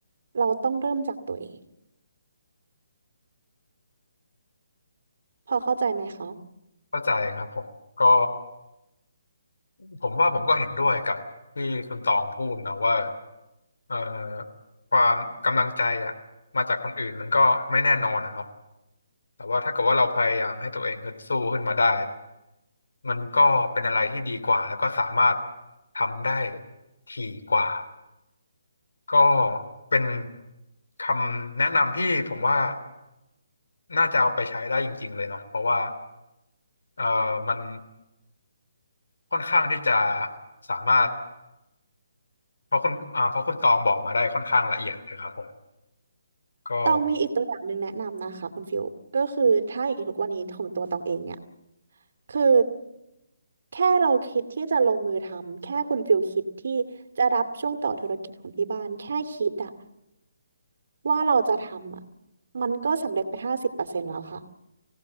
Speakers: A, on the right; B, on the left.
A: เราต้องเริ่มจากตัวเองพอเข้าใจไหมคะ
B: เข้าใจครับผมก็ผมว่าผมก็เห็นด้วยกับที่คุณตองพูดนะว่าเอ่อความกำลังใจอะมาจากคนอื่นมันก็ไม่แน่นอนอะเนาะแต่ว่าถ้าเกิดว่าเราพยายามให้ตัวเองฮึดสู้ขึ้นมาได้มันก็เป็นอะไรที่ดีกว่าแล้วก็สามารถทำได้ถี่กว่าก็เป็นคำแนะนำที่ผมว่าน่าจะเอาไปใช้ได้จริงๆเลยเนาะเพราะว่าเอ่อมันค่อนข้างที่จะสามารถ เพราะคุณอ่าเพราะคุณตองบอกมาได้ค่อนข้างละเอียดเลยครับผมก็
A: ตองมีอีกตัวอย่างหนึ่งแนะนำนะคะคุณฟิลก็คือถ้าอย่างทุกวันนี้ของตัวตองเองเนี่ยคือแค่เราคิดที่จะลงมือทำแค่คุณฟิลคิดที่จะรับช่วงต่อธุรกิจของที่บ้านแค่คิดอะว่าเราจะทำอะมันก็สำเร็จไปห้าสิบเปอร์เซ็นต์แล้วค่ะ